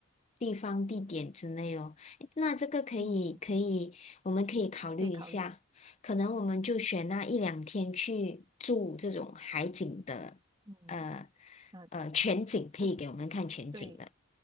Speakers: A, on the left (about 35°); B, on the right (about 20°).
A: 地方、地点之类咯。诶那这个可以，
B: 嗯，
A: 可以，我们可以考虑一下。
B: 可以考虑。
A: 可能我们就选那一两天去住这种海景的，
B: 嗯，
A: 呃
B: 啊，
A: 呃，全景可以给我们看全景的。
B: 再对，